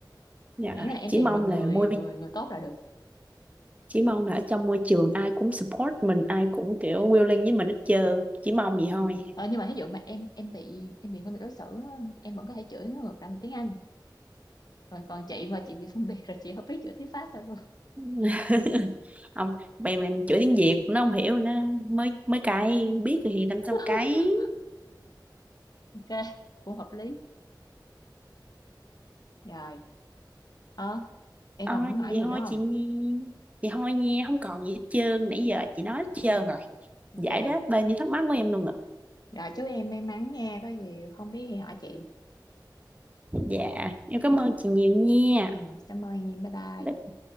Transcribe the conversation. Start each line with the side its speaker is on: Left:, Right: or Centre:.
Right: dạ
Left: miễn là em
Right: chỉ
Left: tìm
Right: mong
Left: được
Right: là
Left: người
Right: môi
Left: người người tốt là được
Right: chỉ mong là ở trong môi trường ai cũng support mình ai cũng kiểu willing với mình hết trơn chỉ mong vậy thôi
Left: ờ, nhưng mà ví dụ mà em em bị em bị phân biệt đối xử á, em vẫn có thể chửi nó ngược lại bằng tiếng Anh rồi còn chị mà chị bị phân biệt rồi chị không biết chửi tiếng Pháp sao luôn
Right: ừ. <laughs> không bèm này mình chửi tiếng Việt nó không hiểu nó mới mới cay biết rồi thì đánh sao
Left: <laughs>
Right: cái
Left: ok cũng hợp lý rồi Ờ, em
Right: Ờ,
Left: còn muốn hỏi
Right: vậy
Left: gì
Right: thôi
Left: nữa không?
Right: chị Nhi vậy thôi nha không còn gì hết trơn nãy giờ chị nói hết trơn rồi
Left: Ok,
Right: giải đáp bao nhiêu thắc mắc của em luôn rồi
Left: rồi chúc em may mắn nha, có gì không biết thì hỏi chị.
Right: dạ em cảm ơn chị nhiều nha
Left: Ừ, cảm ơn em, bye bye.
Right: bye,